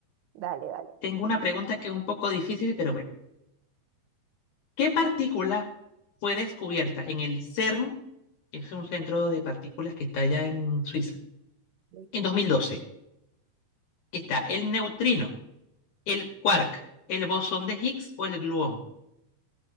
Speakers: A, on the right; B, on the left.
A: Dale, dale.
B: tengo una pregunta que es un poco difícil, pero bueno. ¿Qué partícula fue descubierta en el CERN, que es un centro de partículas que está allá en Suiza,
A: No
B: en 2012? Está el neutrino, el quark, el bosón de Higgs o el gluón.